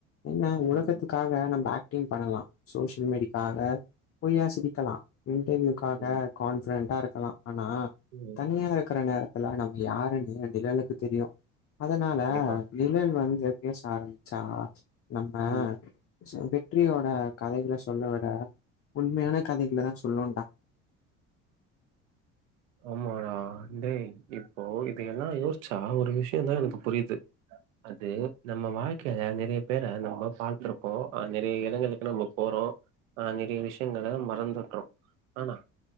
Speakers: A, on the left; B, on the right.
A: என்ன உலகத்துக்காக
B: ம்
A: நம்ப அக் ஆக்ட்டிங் பண்ணலா சோஷியல் மீடிக்காக பொய்யா சிரிக்கலா இன்டர்வியூக்காக
B: ம்
A: கான்ஃபிடென்ட்டா இருக்கலா ஆனா
B: ம்
A: தனியா அற நேரத்துலா நம்ம யாருன்னு நிழலுக்கு தெரியு அதனால
B: கண்டிப்பா
A: நிழல் வந்து எதா பேச ஆரம்பிச்சா நம்ம
B: ம்
A: சோ வெற்றியோட கதைகள சொல்ல விட உண்மையான கதைகள தா சொல்னோடா
B: ஆமாடா டேய் இப்போ இத எல்லா யோசிச்சா ஒரு விஷயோ தா எனக்கு புரியுது அது நம்ம வாழ்க்க நறைய பேர நம்ம பாத்திருப்போ அ நிறைய இடங்கள நம்ம போறோ ஆ நிறய விஷயங்கள மறந்துடுறோ ஆனா